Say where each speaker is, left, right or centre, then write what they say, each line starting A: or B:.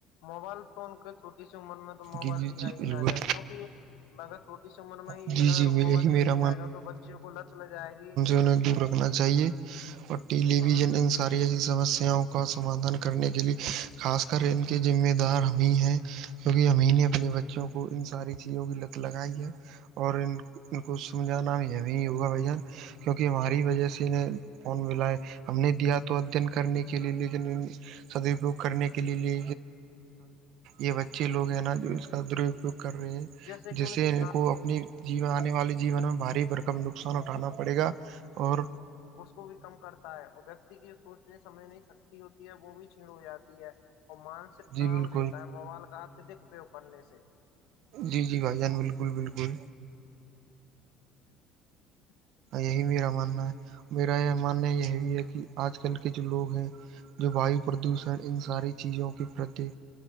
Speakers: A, on the left; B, on the right.
A: موبائل تو ان کو چھوٹی سی عمر میں تو موبائل
B: جی جی
A: دیا
B: جی
A: ہی
B: بالکل
A: نہ جائے کیونکہ یہ مگر چھوٹی س عمر میں ہی
B: جی
A: اگر
B: جی
A: موبائل
B: یہی
A: دے
B: میرا
A: دیا جائے گا تو بچوں کو لت لگ جائے گی
B: یں دور رکھنا چاہیے اور ٹیلی
A: ہاں
B: ویژن ان ساری ایسی سمسیاؤں کو سمادھان کرنے کے لیئے خاص کر ان کے ذمہ دار ہمیں ہیں کیونکہ ایں نے اپنے بچوں کو ان ساری چیزوں کی لت لگائی ہے اور ان ان کو سمجھانا بھی ہوگا بھائی جان کیونکہ ہماری وجہ سے انیں فون ملائے ہم نے دیا تو ادن کرنے کے لیے لیکن سدپیوگ کرنے کے لیے لے یہ بچے لوگ ہیں نا جو اس کا درپیوگ کر رہے ہیں
A: جیسے
B: جس
A: کہ
B: سے
A: کہ
B: ان کو اپنی جی آنے والے جیون میں باری بھرکم نقصان اٹھانا پڑے گا اور
A: وہ اس کو بھی کم کرتا ہے اور ویکتی کی سوچنے سمجھ نہیں سکتی ہوتی ہے وہ بھی چھیڑ ہو جاتی ہے اور مانسک تناؤ
B: جی بالکل
A: دیتا ہے موال کا اتدک اپیوگ کرنے سے
B: جی جی بھائی جان بالکل بالکل
A: <unintelligible>
B: یہی میرا ماننا ہے میرا یہ ماننا یہ بھی ہے کہ آج کل کے جو لوگ ہیں جو وایو پردوشن ان ساری چیزوں کے پرتی